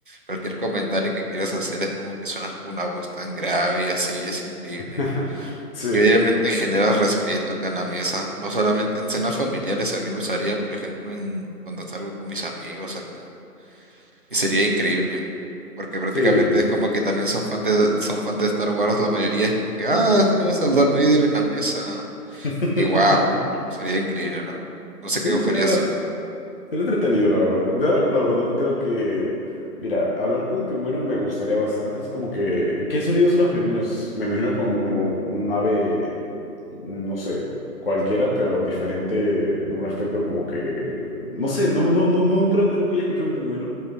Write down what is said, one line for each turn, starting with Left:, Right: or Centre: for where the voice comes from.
Right: cualquier comentario que quieras hacer es como que suenas con una voz tan grave y así, es increíble.
Left: <laughs>
Right: Y obviamente
Left: Sí,
Right: generas respeto acá en la mesa, no solamente en cenas familiares, también lo usaría, por ejemplo, en, cuando salgo con mis amigos acá. Y sería increíble, porque prácticamente
Left: sí,
Right: es como que también son fans de, son fans de Star Wars, la mayoría es como que, ah, tenemos a Darth Vader en la mesa.
Left: <laughs>
Right: Y wow, sería increíble, la verdad. No sé
Left: Sí,
Right: qué escogerías
Left: sería, bast- sería entretenido, la verdad. Yo, la verdad, creo que, mira, hablar con un pingüino me gustaría bastante. Es como que, ¿qué sonidos son los pingüinos? Me imagino como, como un ave, no sé, cualquiera, pero diferente de un aspecto como que, no sé, no, no, no, no creo que nunca haya escuchado un pingüino,